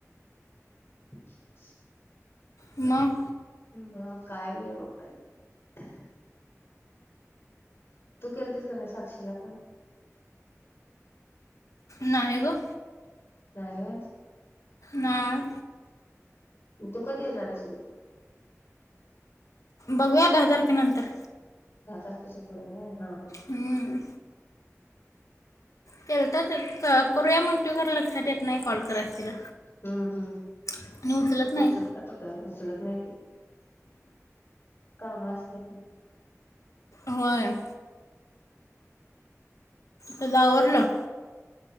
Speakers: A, on the left (about 50°); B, on the left (about 80°).
A: <inaudible>
B: म
A: म काय नाही बघ आणि तू केलतीस का नाही साक्षीला फोन
B: नाही गं
A: नाही होय
B: नाही
A: मग तु कधी येणार आहीस इकडं
B: बघूया दहा तारखेनंतर
A: दहा तारखेच्या पुड होय हा हा
B: हं. केलता तर करूया मग तू घर लक्षात येत नाही कॉल कराच तिला
A: हम्म हम्म
B: आणि उचलत नाही
A: उचलतीया कुठ उचलत नाही ती कामा असत्यात
B: व्हय तुझ आवरलं